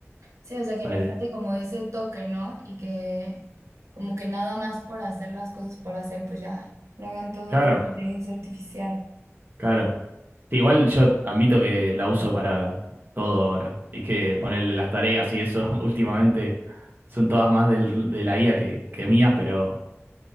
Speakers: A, on the right (about 80°); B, on the right (about 40°).
A: Sí, o sea, que
B: Ponele.
A: le falte como ese toque, ¿no? Y que como que nada más por hacer las cosas por hacer, pues ya lo hagan todo
B: Claro,
A: con inteligencia artificial.
B: claro. Sí, igual yo admito que la uso para todo ahora. Es que ponerle las tareas y eso <laughs> últimamente son todas más del- de la IA que, que mías, pero,